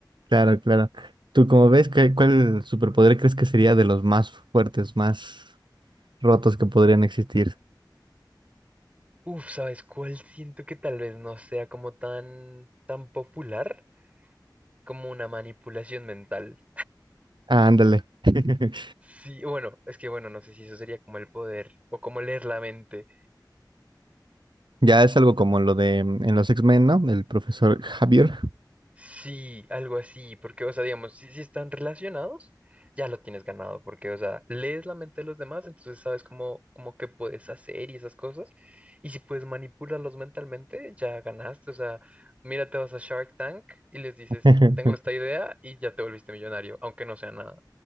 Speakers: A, on the right; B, on the right.
A: Claro, claro. ¿Tú cómo ves? ¿Qué- cuál superpoder crees que sería de los más fuertes, más rotos que podrían existir?
B: Uf, ¿sabes cuál? Siento que tal vez no sea como tan, tan popular como una manipulación mental.
A: Ah, ándale. <laughs>
B: Sí, bueno, es que bueno, no sé si eso sería como el poder o como leer la mente.
A: Ya es algo como lo de mm, en los X-Men, ¿no? El profesor Javier.
B: Sí, algo así, porque, o sea, digamos, si, si están relacionados, ya lo tienes ganado, porque, o sea, lees la mente de los demás, entonces sabes cómo, cómo que puedes hacer y esas cosas, y si puedes manipularlos mentalmente, ya ganaste, o sea, mira, te vas a Shark Tank y les dices,
A: <laughs>
B: tengo esta idea y ya te volviste millonario, aunque no sea nada.